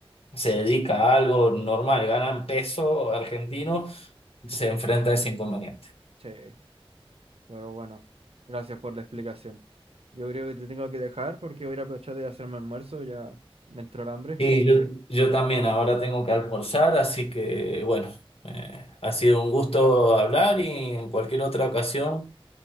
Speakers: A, on the left (about 75°); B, on the right (about 80°).
A: se dedica a algo normal, ganan peso argentino, se enfrenta a ese inconveniente.
B: Sí, pero bueno, gracias por la explicación. Yo creo que te tengo que dejar porque voy a ir a aprovechar de hacerme almuerzo, ya me entró el hambre.
A: Sí, yo, yo también ahora tengo que almorzar, así que bueno, eh, ha sido
B: Ah,
A: un gusto hablar y en cualquier otra ocasión